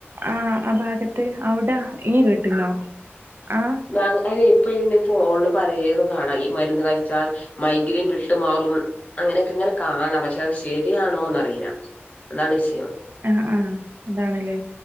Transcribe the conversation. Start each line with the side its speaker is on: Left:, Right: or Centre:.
Right: ആ ആ ഭാഗ ത്ത് അവ്ട ഇനി കേട്ടുന്നോ ആഹ്
Left: മ അയ്നെ ഇപ്പ ഇ ഫോണില് പലേതും കാണാ ഈ മരുന്ന് കഴിച്ചാൽ മൈഗ്രീൻ വിട്ടുമാറും അങ്ങനെയൊക്കെ ങ്ങനെ കാണാം പഷേ ശരിയാണോന്നറീല്ല അതാണ് ഷയം
Right: ആഹ് ആഹ് അതാണ്ല്ലേ